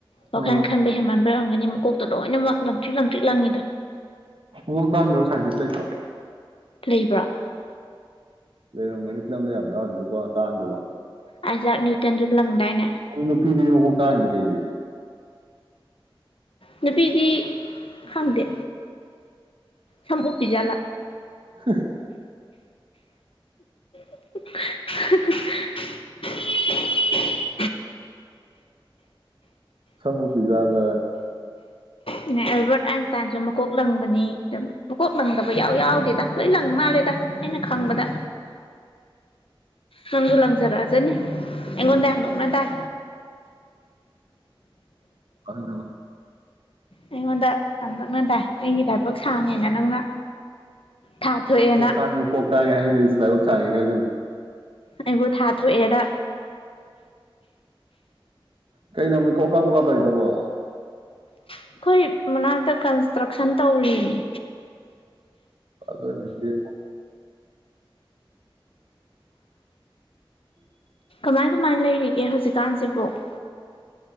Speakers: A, on the left; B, on the right.
A: ꯋꯥ
B: ꯑꯥ
A: ꯈꯥꯟ ꯍꯦꯃꯥꯟ ꯔꯝꯒꯅꯤ ꯃꯀꯣꯛꯇꯣ ꯂꯣꯏꯅꯃꯛ ꯂꯪꯇ꯭ꯤꯠ ꯂꯪꯊ꯭ꯔꯤ ꯂꯪꯤꯗꯣ
B: ꯃ ꯇ ꯁꯥꯏꯟꯇꯁ ꯂꯩꯇ꯭ꯔꯣ
A: ꯂꯩꯕ꯭ꯔꯣ
B: ꯂꯩ ꯍꯣꯡꯒꯅꯤ ꯁꯤꯠꯂꯝꯗ ꯌꯥꯝ ꯌꯥꯎꯗꯀꯣ ꯇꯥꯟꯗꯕ
A: ꯑꯥꯏꯖꯥꯛ ꯅꯅꯤꯨꯇꯟꯗꯨ ꯂꯪꯗꯥꯏꯅꯦ
B: ꯑꯗꯨꯅ ꯄꯤꯔꯤ ꯃꯈ ꯇꯥꯡꯦ ꯀꯩꯒꯤꯦ
A: ꯅꯨꯄꯤꯗꯤ ꯈꯪꯗꯦ ꯁꯞ ꯄꯤꯖꯥꯠꯂꯥ
B: <unintelligible>
A: <unintelligible>
B: ꯑ ꯁꯨꯕꯤꯤꯒꯂꯅꯤ
A: ꯑꯦꯔꯣꯠ ꯑ ꯆꯥꯖꯃ ꯃꯀꯣꯛ ꯂꯪꯕꯅꯤ ꯃꯀꯣꯛ ꯂꯪꯗꯕ ꯌꯥꯎ ꯌꯥꯎꯗꯦꯗ ꯂꯣꯏ ꯂꯪ ꯃꯥꯜꯂꯦꯗ ꯑꯩꯅ ꯈꯪꯕꯗ ꯅꯪꯖ ꯂꯪꯖ ꯔꯥꯖꯅꯤ ꯑꯩꯉꯣꯟꯗ ꯌꯥꯝ ꯅꯣꯛꯅ ꯇꯥꯏ
B: ꯑꯗꯨ
A: ꯑꯩꯉꯣꯟꯗ ꯌꯥꯝ ꯅꯛꯅ ꯇꯥꯏ ꯑꯩꯒꯤ ꯂꯥꯏꯕꯛ ꯁꯥꯡꯉꯦꯅ ꯅꯪꯅ
B: <unintelligible>
A: ꯊꯥꯊꯣꯛꯑꯦꯅ
B: ꯁꯥꯡꯉꯦ ꯍꯥꯏꯅꯤꯗꯗꯤꯁꯨ ꯂꯥꯏꯕꯛꯥꯡꯉꯦꯥꯏꯖꯜꯂꯦ
A: ꯑꯩꯕꯨ ꯊꯥꯊꯣꯛꯑꯦꯔ
B: ꯀꯩꯩꯅꯃꯤ ꯀꯣꯛꯀꯥ ꯀꯣꯛꯀꯥ ꯇꯏꯗꯕꯣ
A: ꯑꯩꯈꯣꯏ ꯃꯅꯥꯛꯇ ꯀꯟꯁꯇ꯭ꯔꯛꯁꯟ ꯇꯧꯔꯤꯅꯤ
B: ꯑꯗ ꯅꯤꯡꯗꯤ ꯎꯝ
A: ꯃꯃꯥꯏꯒ ꯃꯥꯅ ꯂꯩꯔꯦꯒꯦ ꯍꯧꯖꯤꯛ ꯇꯥꯟꯁꯤꯕꯣꯛ